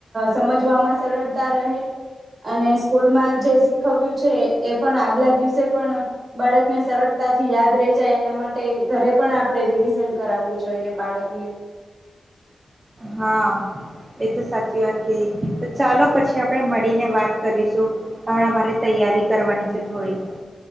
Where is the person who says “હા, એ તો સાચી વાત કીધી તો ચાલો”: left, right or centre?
Right